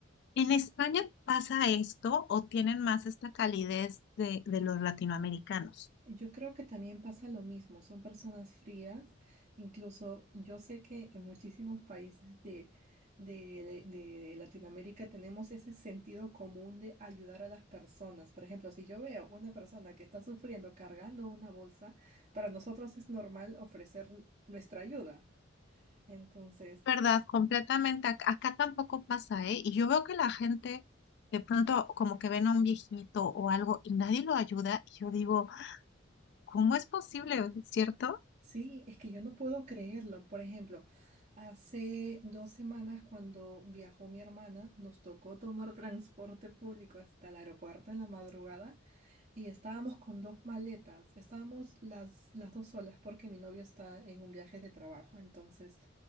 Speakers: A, on the left; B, on the right.
A: ¿En España pasa esto o tienen más esta calidez de de los latinoamericanos?
B: Yo creo que también pasa lo mismo, son personas frías, incluso yo sé que en muchísimos países de, de, de- de Latinoamérica tenemos ese sentido común de ayudar a las personas. Por ejemplo, si yo veo una persona que está sufriendo cargando una bolsa, para nosotros es normal ofrecer nuestra ayuda. Entonces,
A: verdad, completamente. Ac- Acá, tampoco pasa, ¿eh? Y yo veo que la gente de pronto como que ven a un viejito o algo y nadie lo ayuda. Y yo digo, ¿cómo es posible? ¿Cierto?
B: Sí, es que yo no puedo creerlo. Por ejemplo, hace dos semanas cuando viajó mi hermana, nos tocó tomar transporte público hasta el aeropuerto en la madrugada y estábamos con dos maletas. Estábamos las, las dos solas porque mi novio está en un viaje de trabajo. Entonces,